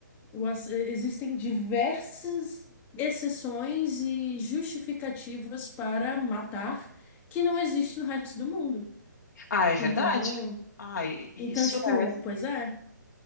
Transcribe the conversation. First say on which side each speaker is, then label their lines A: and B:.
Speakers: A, on the left; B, on the left.
A: o ass- eh, Existem diversas exceções e justificativas para matar que não existe no resto do mundo.
B: Ah, é verdade?
A: Então,
B: Ah, i- i-
A: então,
B: isso
A: tipo,
B: é,
A: pois é.